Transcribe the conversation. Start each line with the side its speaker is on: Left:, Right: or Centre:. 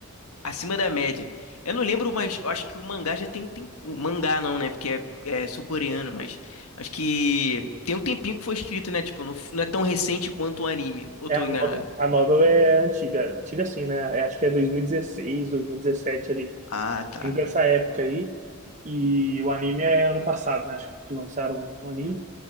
Left: acima da média. Eu não lembro, mas eu acho que o mangá já tem um tempo. O mangá não, né? Porque é, é sul-coreano, mas acho que tem um tempinho que foi escrito, né? Tipo, não, f- não é tão recente quanto o anime. Ou
Right: É
Left: tô
Right: a
Left: enganado?
Right: novel. A novel é antiga, antiga assim, né? É, acho que é dois dois mil mil e dezesseis, dois mil e 2017 ali,
Left: Ah, tá.
Right: entre essa época aí. E o anime é ano passado, né? Acho que lançaram um anime.